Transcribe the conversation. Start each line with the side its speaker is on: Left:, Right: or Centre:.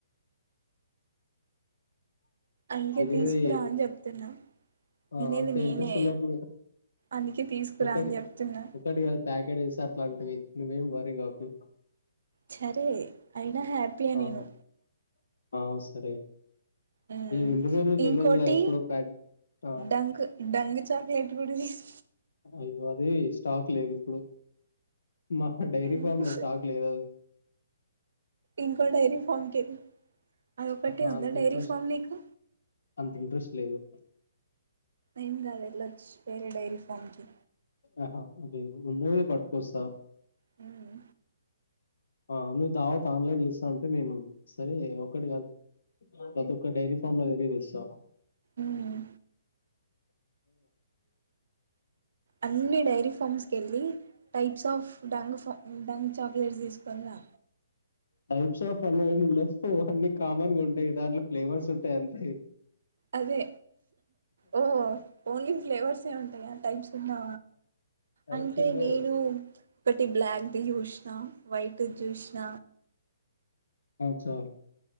Right: అందుకే
Left: తినేది
Right: తీసుకురా అని చెప్తున్నా
Left: ఆ
Right: తినేది
Left: అంత
Right: నేనే
Left: ఇంట్రెస్ట్ ఉన్నప్పుడు
Right: అందుకే తీసుకురా
Left: ఒకటి
Right: అని చెప్తున్నా
Left: ఒకటి కాదు ప్యాకెట్ తెస్తా అట్లాంటివి నువ్వేమి వర్రీ కాకు
Right: సరే అయినా హ్యాపీయె
Left: ఆ
Right: నేను
Left: ఆ సరే
Right: మ్మ్
Left: ఈ రెండు రోజులు
Right: ఇంకోటి
Left: తెలియదు కదా ఎప్పుడు ప్యాక్ ఆ
Right: డంక్ డంగ్ చాక్లెట్ కూడా తిస్
Left: అయపాది స్టాక్ లేదు ఇప్పుడు మా డైరీ
Right: ఎందుకు
Left: ఫార్మ్ లో స్టాక్ లేదు అది
Right: ఇంకో డైరీ ఫార్మ్ కీళ్ళు అదొకటి
Left: ఆహా
Right: ఉందా
Left: అంత
Right: డైరీ
Left: ఇంట్రెస్ట్
Right: ఫార్మ్ నీకు
Left: అంత ఇంట్రెస్ట్ లేదు
Right: ఏం కాదుఎల్లొచు వేరే డైరీ ఫార్మ్ కి
Left: ఆహా లేదు ఉన్నవి పట్టుకొస్తా
Right: హ్మ్
Left: ఆ నువ్వు ధావత్ ఆన్లైన్ ఇస్తా అంటే నేను సరే ఒకటి ప్రతి ఒక్క డైరీ ఫామ్ లో దెగ్గరపోయి తెస్తా
Right: మ్మ్ అన్ని డైరీ ఫార్మ్స్కి వెళ్ళి టైప్స్ ఆఫ్ డంగ్ ఫ డంగ్ చాక్లెట్స్ తీసుకునిరా
Left: టైప్స్ ఆఫ్ అన్న <unintelligible> అన్ని కామన్ గా ఉంటాయి దాంట్లో ఫ్లేవర్స్ ఉంటాయి అంతే
Right: అదే ఓహ ఓన్లీ ఫ్లేవర్స్ ఏ ఉంటాయా టైమ్స్ ఉన్నా
Left: టైప్స్
Right: అంటే
Left: ఉండవు
Right: నేను ఒకటి బ్లాక్ ది చూసినా వైట్ చూసిన
Left: అచ్చా